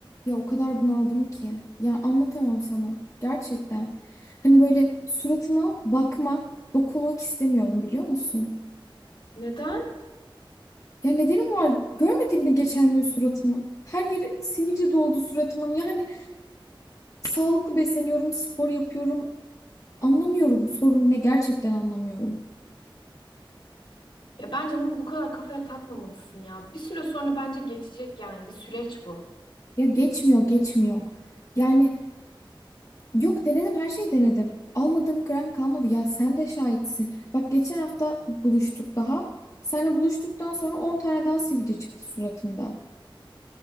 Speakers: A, on the left; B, on the left.
A: Ya o kadar bunaldım ki. Ya anlatamam sana. Gerçekten. Hani böyle suratıma bakmak, dokunmak istemiyorum biliyor musun?
B: Neden?
A: Ya nedenim var. Görmedin mi geçen gün suratımı? Her yeri sivilce doldu suratımın. Yani sağlıklı besleniyorum, spor yapıyorum. Anlamıyorum sorun ne gerçekten anlamıyorum.
B: Ya bence bunu bu kadar kafaya takmamalısın ya. Bir süre sonra bence geçecek yani bir süreç bu.
A: Ya geçmiyor, geçmiyor. Yani Yok denedim her şeyi denedim. Almadığım gram kalmadı ya sen de şahitsin. Bak geçen hafta buluştuk daha. Seninle buluştuktan sonra 10 tane daha sivilce çıktı suratımda.